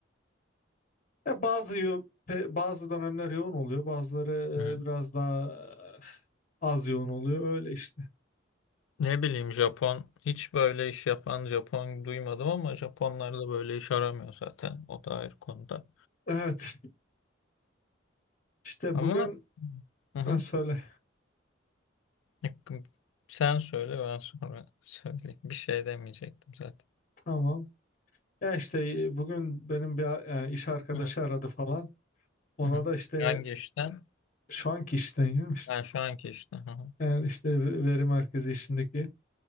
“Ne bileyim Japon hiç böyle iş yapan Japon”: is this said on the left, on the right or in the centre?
Left